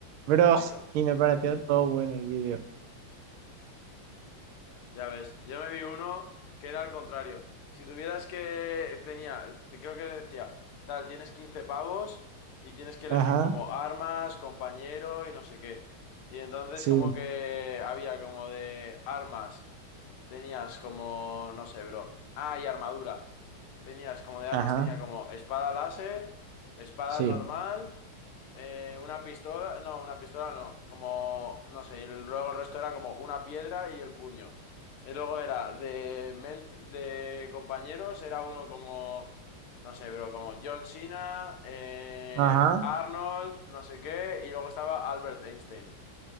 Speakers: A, on the right (about 80°); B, on the left (about 85°).
A: Bro,
B: épico.
A: y me pareció todo bueno el vídeo.
B: Ya ves, yo me vi uno que era al contrario. Si tuvieras que, tenía, te- creo que decía, tal, tienes 15 pavos y tienes que elegir
A: Ajá,
B: como armas, compañero y no sé qué. Y entonces
A: sí,
B: como que había como de armas. Tenías como, no sé, bro. Ah, y armadura. Tenías como de
A: ajá,
B: armas, tenía como espada láser, espada
A: sí,
B: normal, eh, una pistola, no, una pistola no, como, no sé, y luego el resto era como una piedra y el puño. Y luego era de, men- de compañeros, era uno como, no sé, bro, como John Cena, eh,
A: ajá,
B: Arnold, no sé qué, y luego estaba Albert Einstein.